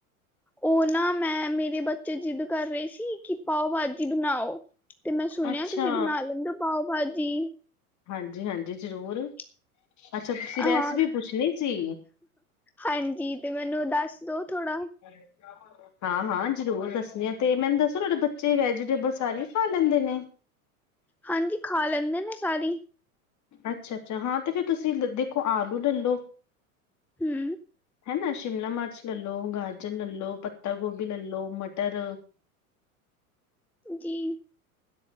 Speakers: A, in the centre; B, on the left (about 40°).
A: ਉਹ ਨਾ ਮੈਂ ਮੇਰੇ ਬੱਚੇ ਜਿੱਦ ਕਰ ਰਹੇ ਸੀ ਕੀ ਪਾਓ ਭਾਜੀ ਬਣਾਓ ਤੇ ਮੈਂ ਸੁਣਿਆ
B: ਅੱਛਾ
A: ਤੁਸੀਂ ਬਣਾ ਲੈਂਦੇ ਹੋ ਪਾਓ ਭਾਜੀ
B: ਹਾਂਜੀ ਹਾਂਜੀ ਜ਼ਰੂਰ
A: <inaudible>
B: ਅੱਛਾ ਤੁਸੀਂ
A: ਹਾਂ
B: ਰੈਸਪੀ ਪੁੱਛਣੀ ਸੀ
A: ਹਾਂਜੀ ਤੇ ਮੈਨੂੰ ਦੱਸ ਦੋ ਥੋੜਾ।
B: <inaudible> ਹਾਂ ਹਾਂ ਜ਼ਰੂਰ ਦੱਸਣੀ ਆ ਤੇ। ਮੈਨੂੰ ਦੱਸੋ ਤੁਹਾਡੇ ਬੱਚੇ ਵੈਜੀਟੇਬਲ ਸਾਰੇ ਖਾ ਲੈਂਦੇ ਨੇ।
A: ਹਾਂਜੀ ਖਾ ਲੈਂਦੇ ਨੇ ਸਾਰੀ।
B: ਅੱਛਾ- ਅੱਛਾ ਹਾਂ ਤੇ ਫੇਰ ਤੁਸੀਂ ਦੇਖੋ ਆਲੂ ਲੋ।
A: ਹੁੂ
B: ਹੈ ਨਾ ਸ਼ਿਮਲਾ, ਮਰਚ ਲੈ ਲਓ, ਗਾਜਰ ਲੈ ਲਓ, ਪੱਤਾ ਗੋਭੀ ਲੈ ਲ ਲੋ, ਮਟਰ
A: ਜੀ।